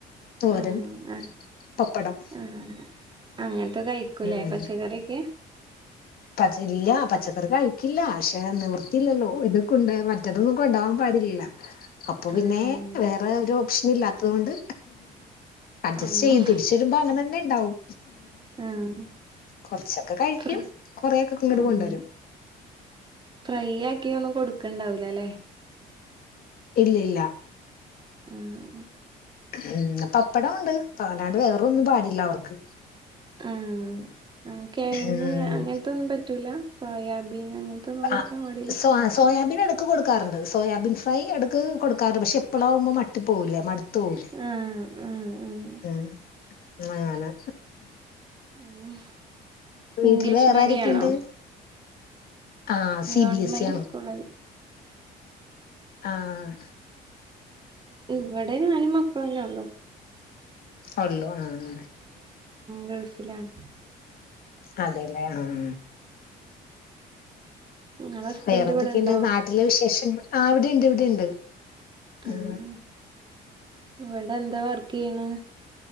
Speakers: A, on the left; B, on the right.
A: തോരൻ
B: ആഹ് ആഹ്
A: പപ്പടം
B: ആ അങ്ങനത്തെ കഴിക്കൂലേ
A: ഉം
B: പച്ചക്കറിയൊക്കെ
A: പച്ച ഇല്ല പച്ചക്കറി കഴിക്കില്ല പക്ഷെ നിവർത്തിയില്ലല്ലോ ഇത് കൊണ്ട് മറ്റെതൊന്നും കൊണ്ടൊവാൻ പാടില്ല അപ്പൊ പിന്നെ
B: ആഹ്
A: വേറെ ഒരു ഓപ്ഷൻ ഇല്ലാത്തതുകൊണ്ട് അഡ്ജസ്
B: ആഹ്
A: ചെയ്യും തിരിച്ചു വരുമ്പോ അങ്ങനെ തന്നെ ഇണ്ടാവും
B: ആഹ്
A: കൊറച്ചൊക്കെ കഴിക്കും
B: ഫ്ര
A: കൊറെയൊക്കെ ഇങ്ങട്
B: ഉം
A: കൊണ്ടുവരും
B: ഫ്രൈ ആക്കിയ ഒന്നും കൊടുക്കെണ്ടാവൂലല്ലേ
A: ഇല്ല ഇല്ല
B: ഉമ്
A: ഉമ് പപ്പടവൊണ്ട് പല്ലാണ്ട് വേറൊന്നും പാടില്ല അവർക്ക്
B: ആഹ് കിഴങ്ങ്
A: ഉം
B: അങ്ങനത്തൊന്നും പറ്റൂല സോയാബീൻ അങ്ങനത്തൊന്നും കൊടുക്കാൻ
A: ആഹ്
B: പാടില്ല
A: സോ സോയാബീ ഇടക്ക് കൊടുക്കാറുണ്ട് സോയാബീൻ ഫ്രൈ എടക്ക് കൊടുക്കാറു പക്ഷെ എപ്പോഴാകുമ്പോ മട്ടി പോപുല്ലെ മടു- തോല്
B: ആഹ് ആഹ് ആഹ്
A: മ് അങ്ങനെ
B: ഉമ്
A: വീട്ടിൽ
B: ഇംഗ്ലീഷ്
A: വേറെ
B: മീഡിയണോ
A: ആരൊക്കെയുണ്ട് ആ C
B: government
A: B S E
B: സ്കൂളൽ ആണ്
A: ആഹ്
B: ഇവിടെ ഞാനും മക്കള് ഒള്ളു
A: ഉള്ളു ആഹ
B: ഗൾഫിലാണ്
A: അതെല്ലേ ആ ആഹ്
B: നിങ്ങളെ ഹസ്ബൻഡ്
A: വേറെ എന്തൊക്കെയുണ്ട്
B: ഇവിടെ ഉണ്ടോ
A: നാട്ടിലെ വിശേഷങ്ങ ആ ഇവിടെയണ്ട് ഇവിടെുണ്ട്
B: ആഹ്
A: ആഹ
B: ഇവിടെ എന്താ വർക്ക് ചെയ്യണ്